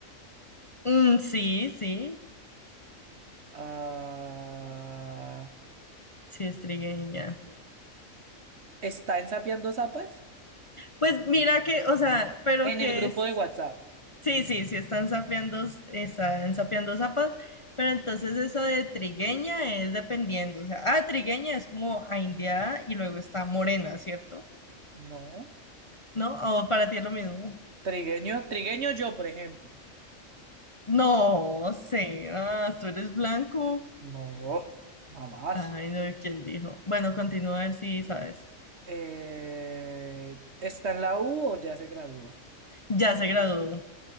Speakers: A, on the left (about 25°); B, on the right (about 55°).
A: Mm, sí, sí,
B: Ah.
A: sí es trigueña.
B: ¿Está en Sapeando Zapas?
A: Pues mira que, o sea, pero
B: En
A: que
B: el grupo
A: es,
B: de WhatsApp.
A: sí, sí, sí están sapeando, están sapeando zapas, pero entonces eso de trigueña es dependiendo, o sea, ah, trigueña es como a indiada y luego está morena, ¿cierto?
B: No.
A: ¿No? ¿O para ti es lo mismo?
B: Trigueño, trigueño yo, por ejemplo.
A: No, sé, ah, tú eres blanco.
B: No, mamás.
A: Ay, no, ¿quién dijo? Bueno, continúa a ver si sabes.
B: Eh, ¿está en la U o ya se graduó?
A: Ya se graduó.